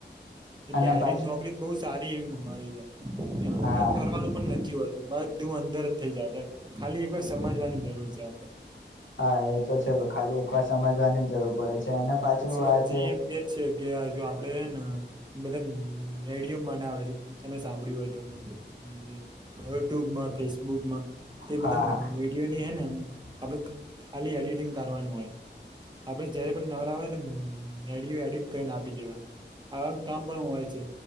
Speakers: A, on the right (about 25°); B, on the left (about 85°).
A: એટલે
B: અને
A: હરિંગ
B: પાછું
A: નોકરી બહ સારી એવી મળી જાય એમાં
B: હા
A: કક કરવાનું પણ નથી હોત બધું અંદર જ થઇ જજ ખાલી એક વાર સમજવાની જરૂર છે આપડે.
B: હા એ તો છે ખાલી એક વાર સમજવાની જ જરૂર પડે છે અને પાછું
A: પછી
B: વાત
A: હજી
B: એ.
A: એક બે છે કે જો આપડે ને બધા આઈડયો મને આવે છે તમે સાંભળ્યું હોય તો યુટ્યુબમાં ફેસબુકમાં તે
B: હા
A: બધા
B: હા
A: રેડયો ની હે ને. આપ ખાલી એડિટિંગ કરવાનું હોય આપે જારે. નવરા હો નેઓઘડિયો એડિટ કરીને આપી દેવાનું આવા કામ પણ હોય છે.